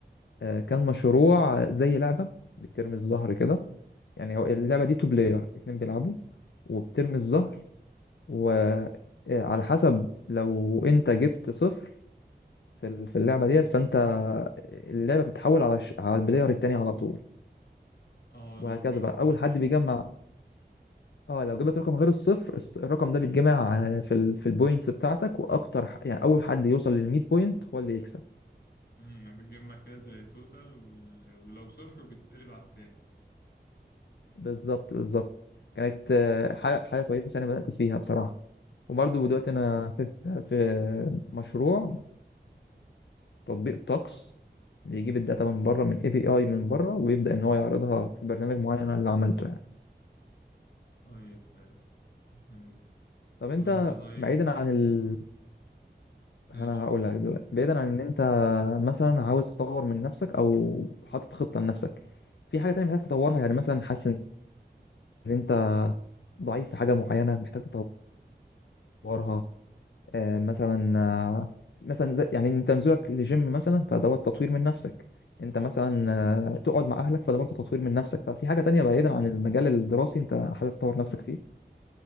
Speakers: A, on the left; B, on the left.
A: آه، كان مشروع زي لعبة بترمي الزهر كده يعني هو اللعبة دي تو بلاير اتنين بيلعبوا وبترمي الزهر وعلى حسب لو انت جبت صفر في ال- في اللعبه
B: مم.
A: ديت فانت اللعبه بتتحول على الش- على البلاير التاني على طول
B: اه
A: وهكذا
B: لو جابت
A: بقى اول
B: رقم
A: حد بيجمع اه لو جبت رقم غير الصفر الس- الرقم ده بيتجمع آه، في ال... في البوينتس بتاعتك واكتر ح- يعني اول حد يوصل لل 100 بوينت هو اللي يكسب
B: مم. بتجمع كده زي توتال وال... ولو صفر بتتقلب على التاني
A: بالظبط بالظبط كانت آه،
B: حلو
A: حاجه حاجه كويسه انا بدات فيها بصراحه وبرضه دلوقتي انا في في مشروع تطبيق طقس بيجيب الداتا من بره من اي بي اي من بره ويبدا ان هو يعرضها في برنامج معين أنا اللي عملته يعني
B: طيب حلو جميل
A: طب انت
B: طب انت طيب
A: بعيدا عن ال...
B: ماشي
A: انا هقول لك دلوقتي بعيدا عن ان انت مثلا عاوز تطور من نفسك او حاطط خطه لنفسك في حاجه تانية محتاج تطورها يعني مثلا حاسس ان انت ضعيف في حاجه معينه محتاج تطورها آه، مثلا آه، مثلا ده- يعني انت نزولك لجيم مثلا فدوت تطوير من نفسك انت مثلا
B: قول.
A: آه، تقعد مع اهلك فده برضه تطوير من نفسك ففي حاجه تانية بعيدا عن المجال الدراسي انت حابب تطور نفسك فيه